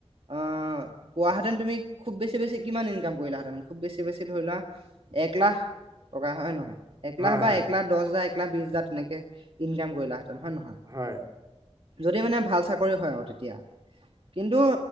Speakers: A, on the right; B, on the right.
A: আহ পোৱাহেতেন তুমি খুব বেছি বেছি কিমান ইনকাম কৰিলাহেতেন খুব বেছি বেছি ধৰিলোৱা। এক লাখ টকা হয় নহয় এক
B: হয়
A: লাখ বা
B: হয়
A: এক লাখ দহ হাজাৰ এককলাখ বিশ হাজাৰ তেনেকে ইনকাম কৰিলা হেঁতেন হয় নহয়
B: হয়
A: যদি মানে ভাল চাকৰি হয় আৰু তেতিয়া কিন্তু